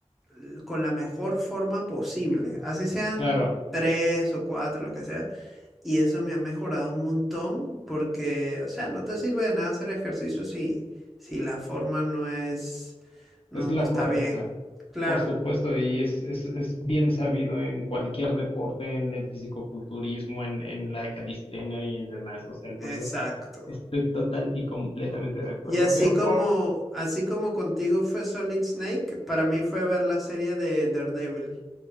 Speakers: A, in the centre; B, on the left.
A: eh, con la mejor forma posible. Así sean
B: claro,
A: 3 o 4 lo que sea. Y eso me ha mejorado un montón porque, o sea, no te sirve de nada hacer ejercicio si, si la forma no es, no,
B: es la
A: no está
B: correcta,
A: bien. Claro.
B: por supuesto, y es, es, es bien sabido en cualquier deporte, en el fisicoculturismo, en, en la calistenia y en demás. O sea, entonces
A: Exacto.
B: estoy total y completamente de acuerdo,
A: Y así
B: pero,
A: como,
B: oh,
A: así como contigo fue Solid Snake, para mí fue ver la serie de Daredevil.